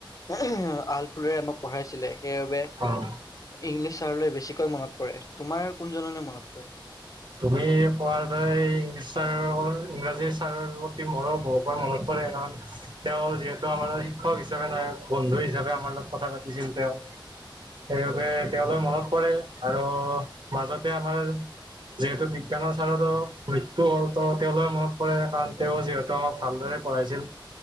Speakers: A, on the left; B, on the right.
A: আলফুলৰে আমাক পঢ়াইছিলে। সেইবাবে
B: অ',
A: ইংলিছ ছাৰলৈ বেছিকৈ মনত পৰে। তোমাৰ কোনজনলৈ মনত পৰে?
B: তুমি পোৱাৰ দৰে ইংলিছ ছাৰৰ লগৰ ইংৰাজী ছাৰৰ ল--ত কি মোৰো বহু পৰা মনত পৰে <unintelligible> তেওঁ যিহেতু আমাৰ শিক্ষক হিচাপে নহয়। বন্ধু হিচাপে আমাৰ লগত কথা পাতিছিল তেওঁ। সেইবাবে তেওঁলে মনত পৰে আৰু মাজতে আমাৰ যিহেতু বিজ্ঞানৰ ছাৰৰো মৃত্যু হ'ল ত' তেওঁলৈ মনত পৰে কাৰণ তেওঁ যিহেতু আমাক ভালদৰে পঢ়াইছিল।